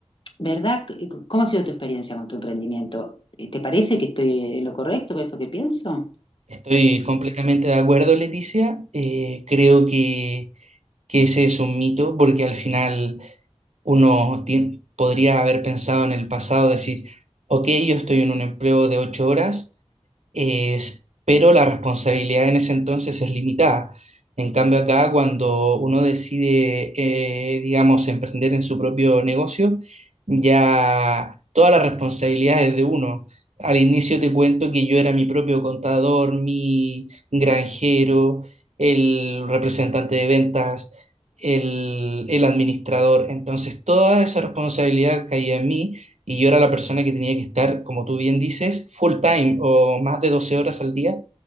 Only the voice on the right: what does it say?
Estoy completamente de acuerdo, Leticia. Eh, creo que, que ese es un mito porque al final uno ti- podría haber pensado en el pasado, decir, ok, yo estoy en un empleo de ocho horas es- pero la responsabilidad en ese entonces es limitada. En cambio, acá cuando uno decide, eh, digamos, emprender en su propio negocio, ya toda la responsabilidad es de uno. Al inicio te cuento que yo era mi propio contador, mi granjero, el representante de ventas, el, el administrador. Entonces, toda esa responsabilidad caía en mí y yo era la persona que tenía que estar, como tú bien dices, full time o más de 12 horas al día,